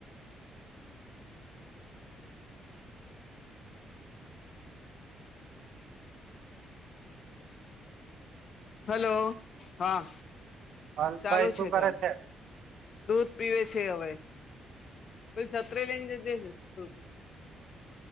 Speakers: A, on the left (about 55°); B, on the right (about 70°).
A: હમ હલો હા
B: અલ્ભાઈ
A: ચાલુ
B: શું કરે
A: ચાલુ
B: છે
A: દૂધ પીવે છે હવે પ છત્ર લઈને જજ દૂધ